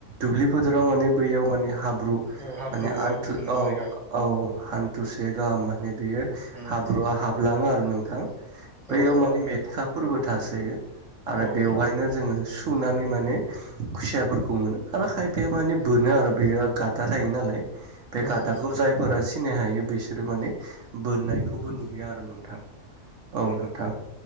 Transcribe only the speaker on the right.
दुब्लि माने बैयाव माने हाब
मानेथु
औ
औ हान्थुसे गाहाम माने बेयो
हाब्रुआ
हाबलांङो आरो नोंथां बैयाव
माने मेटखा फोरबो थासोयो आरो
बेवहायनो जोंङो सुनानै माने खुसियाफोरखौ मोनो आरो खायफाया माने बोनो आरो बे गाददा थायो नालाय बे
गथाखौ
जायफोरा सिनाय हायो बिसोरो माने बोननायखौबो नुयो आरो नोंथां औ नों दा